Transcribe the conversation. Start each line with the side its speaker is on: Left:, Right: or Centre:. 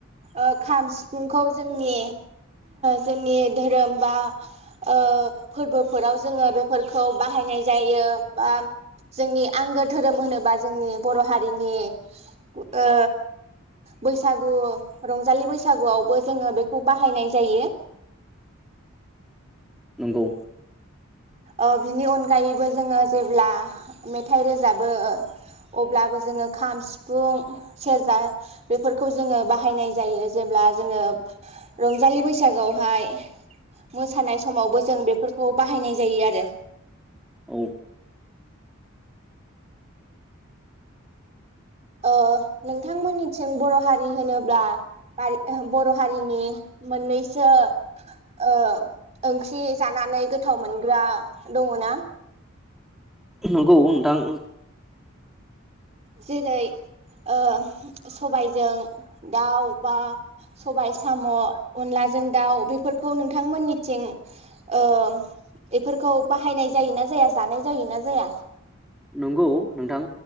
Right: ओ खाम सिफुंखौ जोंनि जोंनि धोरोम बा ओ फोरबोफोराव जोङो बेफोरखौ बाहायनाय जायो बा जोंनि आंगो धोरोम होनोबा जोंनि बर' हारिनि ओ बैसागु रंजालि बैसागुआवबो जोङो बेखौ बाहायनाय जायो।
Centre: नंगौ
Right: ओ बिनि अनगायैबो जोङो जेब्ला मेथाइ रोजाबो अब्लाबो जोङो खाम सिफुं सेरजा बेफोरखौ जोङो बाहायनाय जायो जेब्ला जोङो रंजालि बैसागोआवहाय मोसानाय समावबो जों बेफोरखौ बाहायनाय जायो आरो
Centre: औ
Right: ओ नोंथांमोननिथिं बर' हारि होनोब्ला बारि ओ बर' हारिनि मोननैसो ओ ओंख्रि जानानै गोथाव मोनग्रा दङ ना?
Centre: नोंगौ नोंथां
Right: जेरै ओ सबायजों दाउ बा सबायाइ साम' अनलाजों दाउ बेफोरखौ नोंथांमोननिथिं ओ बेफोरखौ बाहायनाय जायोना जाया जानाय जायोना जाया?
Centre: नंगौ नोंथां